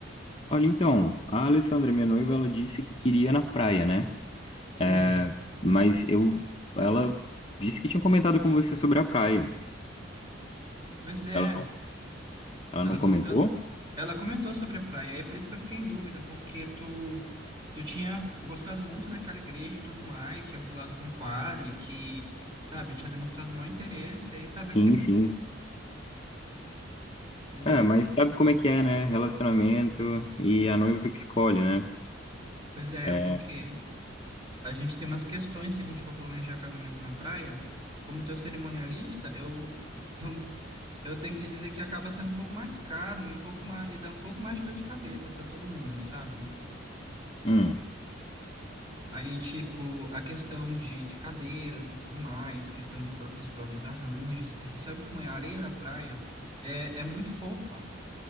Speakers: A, on the left; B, on the right.
A: Olha, então, a Alessandra, minha noiva, ela disse que queria ir na praia, né?
B: Sim,
A: É, Mas eu, ela disse que tinha comentado com você sobre a praia.
B: pois é.
A: Ela não, ela
B: Ela,
A: não
B: com-
A: comentou?
B: ela, ela comentou sobre a praia, e é por isso que eu fiquei em dúvida, porque tu, tu tinha gostado muito daquela igreja e tudo mais, tinha falado com o padre que, sabe, tinha demonstrado um mau interesse, aí, sabe,
A: Sim,
B: eu fiquei meio,
A: sim.
B: entendeu?
A: É, mas sabe como é que é, né? Relacionamento e a noiva que escolhe, né?
B: Pois é,
A: É,
B: porque a gente tem umas questões se a gente for planejar casamento na praia. Como teu cerimonialista, eu, <laughs> eu, eu tenho que dizer que acaba sendo um pouco mais caro e um pouco mais, e dá um pouco mais de dor de cabeça para todo mundo, sabe?
A: hum,
B: Aí, tipo, a questão de, de cadeiras e tudo mais, questão de, pró- dos próprios arranjos, porque sabe como é? A areia da praia é, é muito fofa.